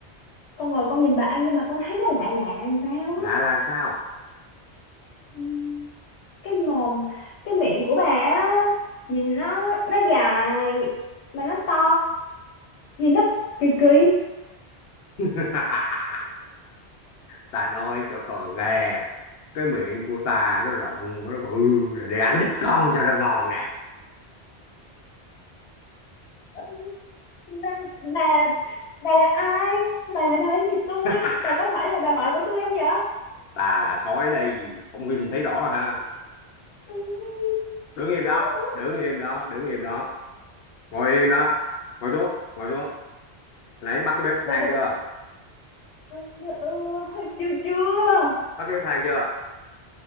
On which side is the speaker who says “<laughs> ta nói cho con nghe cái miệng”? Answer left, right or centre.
Left